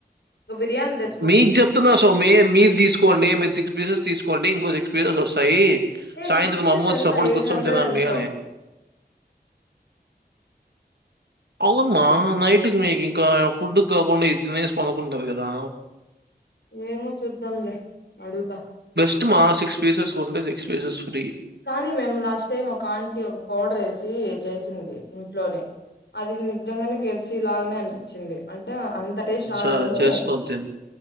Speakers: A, on the left; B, on the right.
A: ఒక బిర్యానీ దెతే
B: మీకు చెప్తున్నా స్వామి మీరు తీసుకోండి మీరు సిక్స్ పీసెస్ తీసుకోండి ఇంకో సిక్స్ పీసెస్ వస్తాయి
A: ఏ
B: సాయంత్రం
A: సిక్స్ పీసెస్
B: అమ్మొచ్చినప్పుడు
A: ఎంత ఎయిట్
B: కూర్చొని
A: హండ్రెడ్
B: తినండి
A: ఎంతో
B: అని అవునమ్మా నైట్కి మీకు ఇంకా ఫుడ్ కి కాకుండా తినేసి పనుకుంటారు కదా
A: ఏమో చూద్దాంలే అడుగుతా
B: బెస్ట్ మా six pieces food six pieces free
A: కానీ మేము లాస్ట్ టైం ఒక ఆంటి ఒక పౌడర్ వేసి చేసింది ఇంట్లోనే అది నిజంగానే కెప్సి లాగానే అనిపించింది అంటే అంత అంత టేస్ట్
B: హ్మ్.
A: రాదు
B: సరే
A: గాని
B: చేసుకొని తిను.